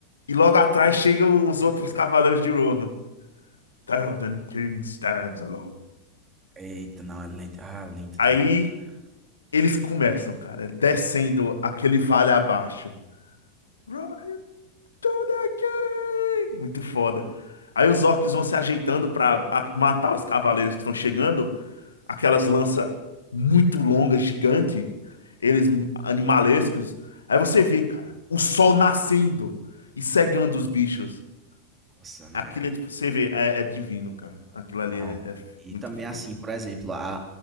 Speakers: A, on the left; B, on the right.
A: E logo atrás chegam os outros cavaleiros de Rohan. Theoden King stands alone.
B: Eita, não, é lindo. Ah, lindo
A: Aí
B: demais, cara.
A: eles começam, cara, é descendo aquele vale abaixo. Right to the king! Muito foda. Aí os orcs vão se ajeitando pra a- matar os cavaleiros que estão chegando. aquelas lanças muito longas, gigante, eles animalescos. Aí você vê, cara, o sol nascendo e cegando os bichos.
B: Nossa, não,
A: Aquilo
B: é
A: é tipo, você vê, é, é divino, cara. Aquilo ali
B: Ah,
A: é, é
B: e
A: muito
B: também
A: foda.
B: assim, por exemplo, a,